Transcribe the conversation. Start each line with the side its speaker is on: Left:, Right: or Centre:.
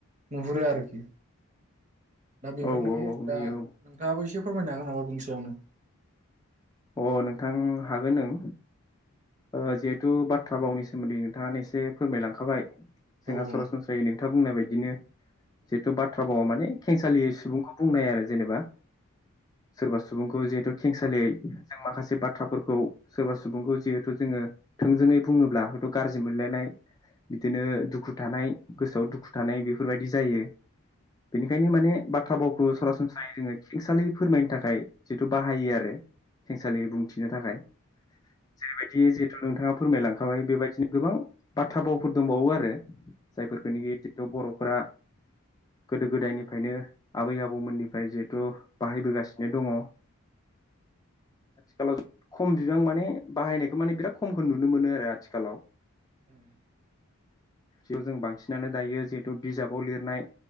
Right: नुहुरो आरोखि। दा बेफोरनाखि
Left: औ औ नुयो
Right: दा नोंथाङाबो एसे फोरमायनो हागोन नामा? बिनि सायावनो।
Left: औ अ नोंथां हागोन नों ओ जिहेथु बाथ्रा बावनि सोमोन्दै नोंथाङानो एसे फोरमायलांखाबाय। जोंहा
Right: औ
Left: सरा सनस्रायै खोथा बुंनाय बायदिनो।
Right: औ
Left: जितु बाथ्रा भाव माने खेंसालि सुबुंखौ बुंनाय आरो जेनेबा। सोरबा सुबुंखौ जिहेथु खेंसालियै जों माखासे बाथ्राफोरखौ, सोरबा सुबुंखौ जिहेथु जोङो थोंजोङै बुङोब्ला हयथ'- गाज्रि मोनलायनाय बिदिनो दुखु थानाय गोसोआव दुखु थानाय बेफोरबायदि जायो। बेनिखायनो माने बा बाथ्रा भावखौ सरासनस्रायै जोङो खेंसालि फोरमायनो थाखाय। जिथु बाहायो आरो। खेंसालि बुंथिनो थाखाय जेरैबायदि जिहेथु नोंथाङा फोरमायलांखाबाय बेबायदिनो। गोबां बाथ्रा भावफोर दंबावो आरो जायफोरखौ नाखि बर' फोरा गोदो गोदायनिफ्रायनो आबै आबौमोननिफ्राय जिहेथु बाहायबोगासिनो दङ। आथिखालाव खम बिबां माने बाहायनायखौ माने बिराद खमखौ नुनो मोनो आरो आथिखालाव।
Right: ओम
Left: बियाव जों बांसिनानो दायो जिहेथु बिजाबाव लिरनाय